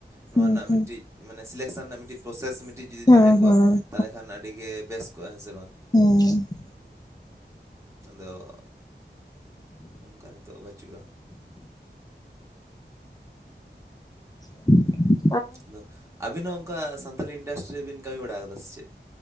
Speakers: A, on the right; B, on the left.
A: ᱱᱚᱣᱟ
B: ᱦᱩᱸ
A: ᱨᱮᱱᱟᱜ
B: ᱦᱩᱸ
A: ᱢᱤᱫᱴᱤᱡ᱾ ᱢᱟᱱᱮ ᱥᱤᱞᱮᱠᱥᱮᱱ ᱨᱮᱱᱟᱜ ᱢᱤᱫᱴᱤᱡ ᱯᱨᱚᱥᱮᱥ ᱢᱤᱫᱴᱤᱡ ᱡᱩᱫᱤ
B: ᱦᱮᱸ
A: ᱛᱟᱦᱮᱸ ᱠᱚᱜᱼᱟ
B: ᱦᱮᱸ
A: ᱛᱟᱦᱚᱞᱮ ᱠᱷᱟᱱ ᱟᱹᱰᱤ ᱜᱮ ᱵᱮᱥ ᱠᱚᱜᱼᱟ ᱦᱮᱸ ᱥᱮ ᱵᱟᱝ᱾
B: ᱦᱩᱸ᱾
A: ᱟᱫᱚ᱾ ᱚᱱᱠᱟ ᱱᱤᱛᱚᱜ ᱵᱟᱪᱩᱜᱼᱟ᱾
B: <unintelligible>
A: ᱟᱫᱚ ᱟᱹᱵᱤᱱ ᱦᱚᱸ ᱚᱱᱠᱟ ᱥᱟᱱᱛᱟᱞᱤ ᱤᱱᱰᱟᱥᱴᱨᱤ ᱨᱮᱵᱤᱱ ᱠᱟᱹᱢᱤ ᱵᱟᱲᱟ ᱟᱠᱟᱫᱟ ᱥᱮ ᱪᱮᱫ?